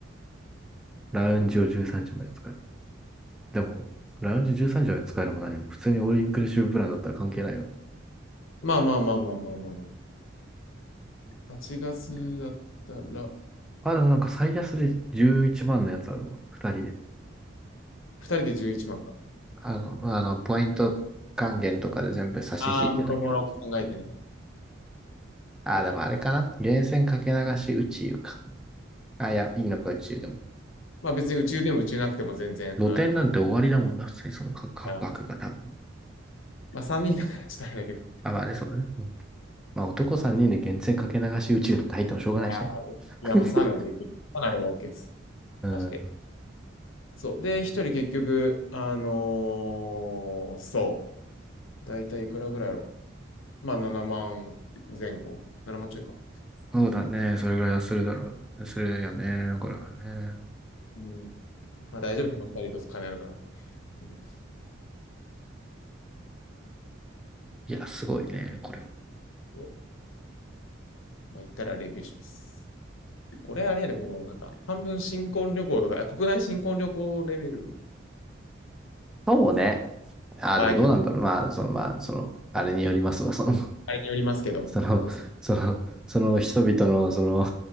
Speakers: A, in the centre; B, on the left.
A: ラウンジを13時まで使える。でも、ラウンジ13時まで使えるも何も、普通にオールインクルーシブプランだったら関係ないよ。
B: まあまあまあまあまあまあまあ。8月だったら、
A: あ、でもなんか最安で11万のやつあるわ。二人で。
B: 2人で11万か。
A: あの、あの、ポイント還元とかで全部差し引いてたけど。
B: ああ、もろもろ考えてね。
A: あ、
B: いやー
A: でもあれかな。源泉かけ流し宇宙か。あ、いや、いいのか宇宙でも。
B: まあ別に宇宙でも宇宙なくても全然、
A: 露店なんて終わりだもんな、
B: あの、
A: 普通にその価格が多分。
B: あーまあ、3人だからちょっとあれだけど。
A: あ、まあね、そうだね。うんまあ男3人で源泉かけ流し宇宙なんて入ってもしょうがないしね。
B: そうそうそうあーいや、
A: <laughs>
B: もうサウナで行く。サウナでも OK です。
A: うん。
B: マジで。そう。で、一人結局、あのーそう。だいたいいくらぐらいやろ。まあ、7万前後。7万ちょいか。
A: そうだね、それぐらいはするだろう。するよね、これはね。
B: うん。まあ、大丈夫。この2人と金あるから。うん、
A: いや、すごいね、これは。
B: そうまあ、行ったらレビューします。これあれやで、この、なんか、半分新婚旅行とか、あ国内新婚旅行レベル、
A: そうね。ああ、
B: 場合によって
A: でもどうなんだろう。まあ、その、まあ、その、あれによりますわ。
B: か、
A: その、
B: あれによりますけど、
A: その、
B: そうですね。
A: その、その人々の、その、